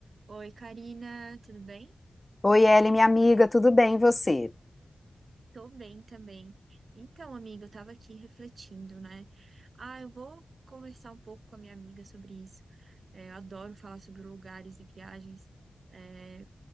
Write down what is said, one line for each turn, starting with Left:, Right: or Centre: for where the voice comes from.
Right: Oi, Karina, tudo bem?
Left: Oi, Ellen, minha amiga, tudo bem, e você?
Right: Tô bem também. Então, amiga, eu tava aqui refletindo, né? Ah, eu vou conversar um pouco com a minha amiga sobre isso. É, eu adoro falar sobre lugares e viagens. É,